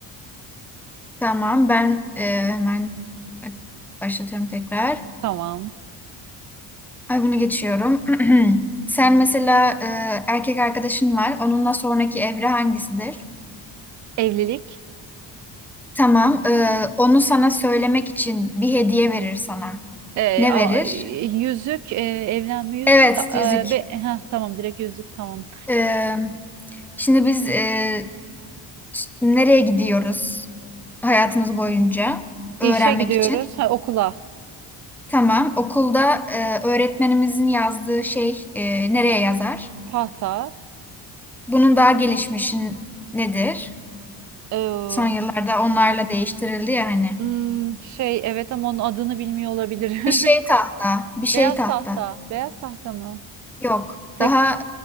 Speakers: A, in the centre; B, on the right.
A: Tamam ben e, hemen başlatıyorum tekrar.
B: <laughs> Tamam.
A: Ay bunu geçiyorum. <clears throat> Sen mesela e, erkek arkadaşın var. Onunla sonraki evre hangisidir?
B: Evlilik.
A: Tamam. e, onu sana söylemek için bir hediye verir sana.
B: Ee,
A: Ne
B: a-
A: verir?
B: yüzük. e, evlenme yüzüğü
A: Evet,
B: de.
A: yüzük.
B: e, be- heh, tamam direkt yüzük tamam.
A: E, Şimdi biz e, ş- nereye gidiyoruz hayatımız boyunca
B: İşe
A: öğrenmek
B: gidiyoruz.
A: için?
B: Ha, okula.
A: Tamam, okulda e, öğretmenimizin yazdığı şey e, nereye yazar?
B: Tahta.
A: Bunun daha gelişmişi nedir?
B: Ee,
A: Son yıllarda onlarla değiştirildi ya hani.
B: hmm, şey evet ama onun adını bilmiyor olabilir.
A: Bir şey
B: <laughs>
A: tahta, bir şey
B: Beyaz
A: tahta.
B: tahta. Beyaz tahta mı?
A: Yok,
B: Tek,
A: daha